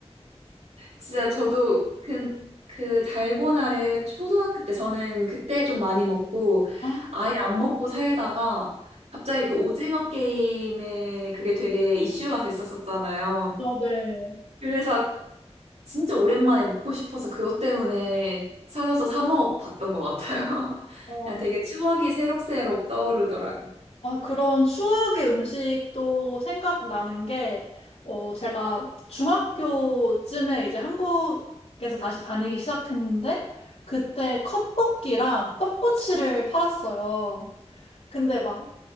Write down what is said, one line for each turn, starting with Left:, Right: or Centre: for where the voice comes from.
Right: 진짜 저도 그, 그 달고나를 초등학교 때 저는 그때 좀 많이 먹고
Left: 아,
Right: 아예 안 먹고 살다가 갑자기 그 오징어 게임에 그게 되게 이슈가 됐었었잖아요.
Left: 아, 네.
Right: 그래서 진짜 오랜만에 먹고 싶어서 그것 때문에 찾아서 사 먹어 봤던 것 같아요. <laughs>
Left: 어.
Right: 그냥 되게 추억이 새록새록 떠오르더라고요.
Left: 아, 그런 추억의 음식도 생각나는 게, 어, 제가 중학교쯤에 이제 한국에서 다시 다니기 시작했는데, 그때 컵볶이랑 떡꼬치를 팔았어요. 근데 막,